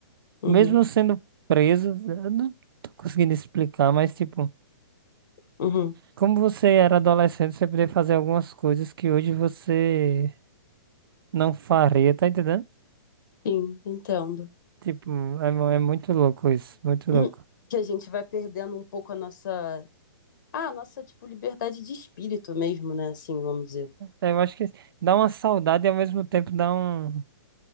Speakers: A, on the left (about 50°); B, on the right (about 60°).
A: uhum,
B: Mesmo sendo preso, eu não tô conseguindo explicar, mas tipo,
A: uhum.
B: como você era adolescente, você podia fazer algumas coisas que hoje você não faria, tá entendendo?
A: Sim, entendo.
B: Tipo, é, mu- é muito louco isso, muito
A: <clears throat>
B: louco.
A: Que a gente vai perdendo um pouco a nossa, ah, a nossa, tipo, liberdade de espírito mesmo, né? Assim, vamos dizer.
B: É, Eu acho que dá uma saudade e ao mesmo tempo dá um.